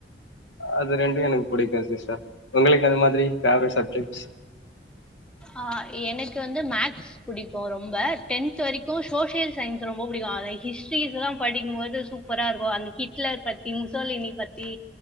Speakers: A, on the left; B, in the centre.
A: அது ரெண்டு எனக்கு பிடிக்கு சிஸ்டர் உங்களுக்கு அது மாதிரி பேவரட் சப்ஜெக்ட்ஸ்
B: ஆ எனக்கு வந்து மேக்ஸ் பிடிக்கு ரொம்ப டென்த் வரைக்கு சோசியல் சயின்ஸ் ரொம்ப பிடிக்கு அத ஹிஸ்ட்ரிஸ்ல்லா படிக்கும் போது சூப்பரா இருக்கு அந்த ஹிட்லர் பத்தி முசோலினி பத் தி